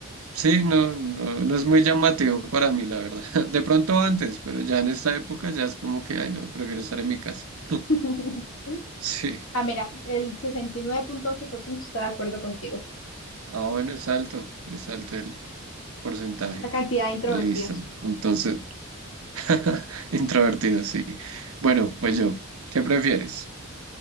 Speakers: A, on the right; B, on the left.
A: Sí, no, no, no es muy llamativo para mí, la verdad. <laughs> De pronto antes, pero ya en esta época ya es como que, ay, no, prefiero estar en mi casa. <laughs>
B: <laughs>
A: Sí.
B: Ah, mira, el sesenta y nueve punto ocho por ciento está de acuerdo contigo.
A: Ah, bueno, es alto, es alto el porcentaje.
B: La cantidad de introvertidos.
A: Listo. Entonces, <laughs> Introvertido, sí. Bueno, pues yo, ¿qué prefieres?